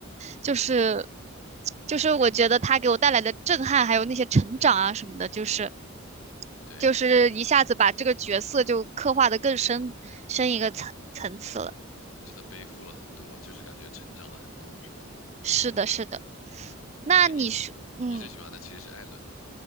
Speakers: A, on the right (about 30°); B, on the left (about 85°).
A: 就是，
B: 嗯，
A: 就是我觉得他给我带来的震撼，还有那些成长啊什么的，就是
B: 对，
A: 就是一下子把这个角色就刻画的更深深一个层层次了。
B: 你你觉得背负了很多，就是感觉成长了很多，是吧？
A: 是的，是的。那你说，
B: 所以你
A: 嗯，
B: 你最喜欢的其实是艾伦。